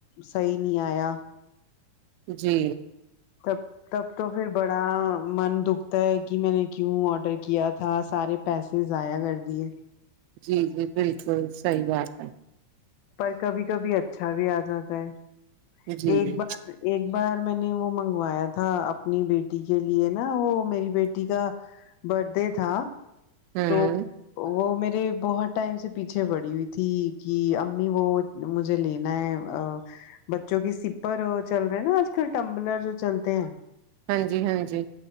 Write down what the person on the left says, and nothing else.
صحیح نہیں آیا
کب تب تو پھر بڑا من دکھتا ہے کہ میں نے کیوں آڈر کیا تھا سارے پیسے ضایا کردیے
پر کبھی کبھی اچھا بھی اجاتا ہے
ایک
بار ایک بار میں نے وہ منگوایا تھا اپنی بیٹی کے لیے نا وہ میری بیٹی کا برتھڈے تھا
تو وہ میرے بہت ٹائم سے پیچھے بڑی ہوئی تھی کہ امی وہ مجھے لینا ہے بچوں کی سپر چل رہے ہیں نا آج کل ٹمبلر جو چلتے ہیں